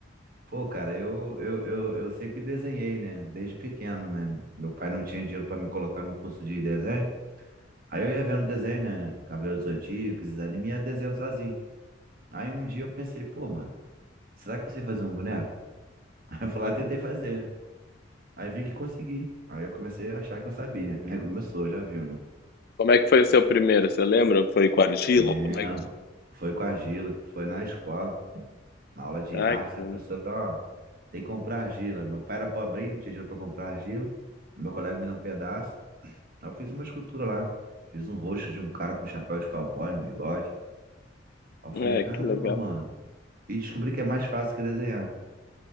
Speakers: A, on the right; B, on the left.
A: Pô, cara, eu, eu, eu, eu sempre desenhei, né? Desde pequeno, né? Meu pai não tinha dinheiro pra me colocar no curso de desenho. Aí eu ia vendo desenho, né? Cavaleiros do Zodíaco, esses animes, ia desenhando sozinho. Aí um dia eu pensei, pô, mano, será que eu sei fazer um boneco? <laughs> Aí eu fui lá e tentei fazer. Aí vi que consegui. Aí eu comecei a achar que eu sabia. <laughs> Aí começou, já viu, né?
B: Como é que foi o seu primeiro? Você lembra? Foi com argila?
A: Lembra.
B: Como é
A: Foi com a argila, foi na escola, na aula de
B: Ai,
A: arte,
B: que bom.
A: a professora, ó, tem que comprar argila. Meu pai era pobrinho, não tinha dinheiro pra comprar argila. Meu colega me deu um pedaço. Aí eu fiz uma escultura lá. Fiz um rosto de um cara com chapéu de cowboy, um bigode. Aí eu
B: É,
A: falei, caramba,
B: que legal.
A: mano. E descobri que é mais fácil que desenhar.